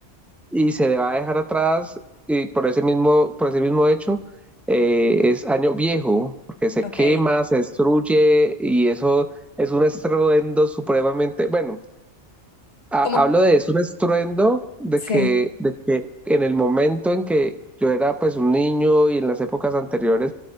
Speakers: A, in the centre; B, on the left.
A: y se le va a dejar atrás y por ese mismo, por ese mismo hecho eh, es año viejo, porque se
B: ok.
A: quema, se destruye y eso es un estruendo supremamente, bueno, ha-
B: Como,
A: hablo de eso, un estruendo de
B: sí,
A: que, de que en el momento en que yo era pues un niño y en las épocas anteriores,